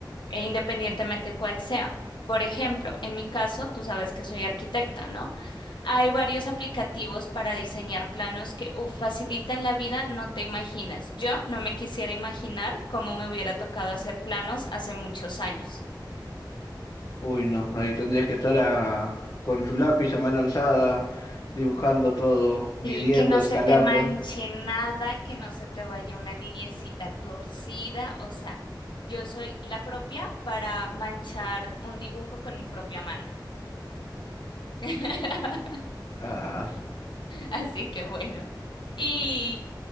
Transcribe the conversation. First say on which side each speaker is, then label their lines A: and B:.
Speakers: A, on the left; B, on the left.
A: e independientemente cuál sea. Por ejemplo, en mi caso, tú sabes que soy arquitecta, ¿no? Hay varios aplicativos para diseñar planos que uf, facilitan la vida, no te imaginas. Yo no me quisiera imaginar cómo me hubiera tocado hacer planos hace muchos años.
B: Uy, no, ahí tendrías que estar a- con tu lápiz a mano alzada, dibujando todo, midiendo,
A: Sí, que no
B: escalando.
A: se te manche nada, que no se te vaya una lineecita torcida, o sea, yo soy la propia para manchar un dibujo con mi propia mano. <laughs>
B: Ah,
A: Así que bueno. ¿Y